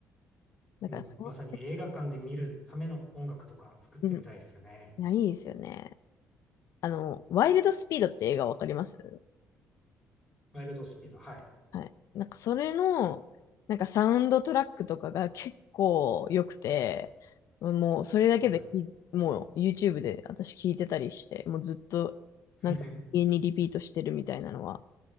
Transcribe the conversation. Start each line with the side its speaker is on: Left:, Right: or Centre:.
Left: だからそ
Centre: もうまさに映画館で見るための音楽とか作ってみたいですよね。
Left: う、うん。いや、いいですよね。あの、ワイルドスピードって映画わかります
Centre: ワイルドスピード、はい。
Left: はい。なんかそれの、なんかサウンドトラックとかが結構良くて、もうそれだけでき、
Centre: はい。
Left: もう YouTube で私聞いてたりして、もうずっとなんか家にリピートしてるみたいなのは、
Centre: <laughs>